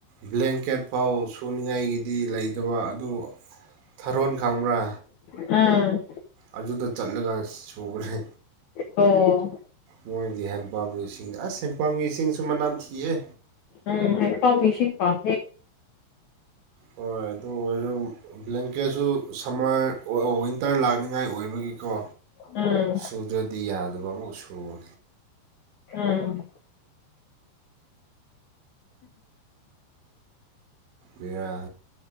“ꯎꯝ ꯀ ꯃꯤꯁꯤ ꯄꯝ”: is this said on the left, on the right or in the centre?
Left